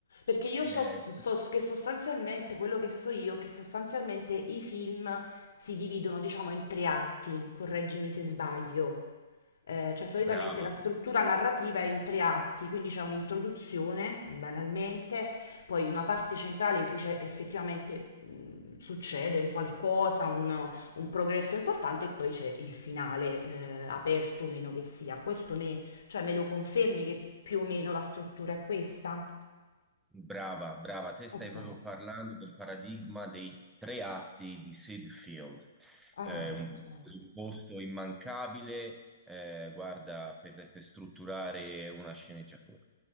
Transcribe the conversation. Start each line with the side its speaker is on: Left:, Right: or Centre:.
Left: Perché io so,
Centre: eh,
Left: so che sostanzialmente, quello che so io, è che sostanzialmente i film si dividono, diciamo, in tre atti, correggimi se sbaglio. Eh, cioè, solitamente
Centre: brava,
Left: la struttura narrativa è in tre atti, quindi c'è un'introduzione, banalmente, poi una parte centrale in cui c'è effettivamente mh, succede un qualcosa, un, un progresso importante, e poi c'è il finale, eh, aperto o meno che sia. Questo cioè me lo confermi che più o meno la struttura è questa?
Centre: brava, brava, te stai
Left: Ok.
Centre: proprio parlando del paradigma dei tre atti di Sid Field,
Left: Ah,
Centre: eh,
Left: ok,
Centre: un presupposto immancabile, eh, guarda, per per strutturare una sceneggiatura.